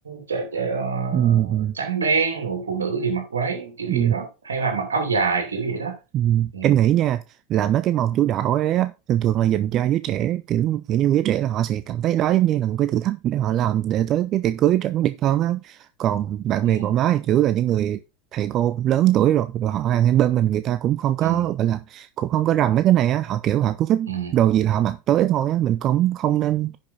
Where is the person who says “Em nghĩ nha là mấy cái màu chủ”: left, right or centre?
Right